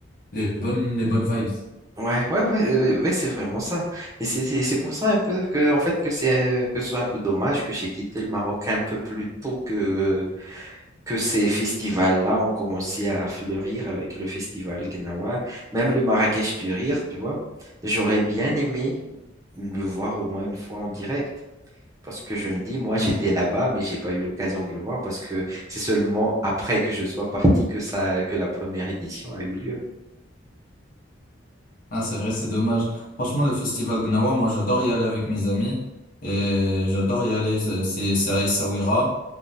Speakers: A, on the left; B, on the right.
A: les bonnes, les bonnes vibes.
B: Ouais, ouais, ouais, euh, ouais, ouais, c'est vraiment ça. Et c'est c'est- c'est pour ça un peu que, en fait, que c'est euh, que ce soit un peu dommage que j'ai quitté le Maroc un peu plus tôt que, que ces festivals-là ont commencé à fleurir avec le festival Gnawa, même le Marrakech du Rire, tu vois. J'aurais bien aimé le voir au moins une fois en direct. Parce que je me dis, moi,
A: Ouais.
B: j'étais là-bas, mais j'ai pas eu l'occasion de le voir parce que c'est seulement après que je sois parti que ça, que la première édition a eu lieu.
A: Ah, c'est vrai, c'est dommage. Franchement, le festival Gnawa, moi, j'adore y aller avec mes amis et
B: Mhm.
A: j'adore y aller. C'est c'est à Essaouira.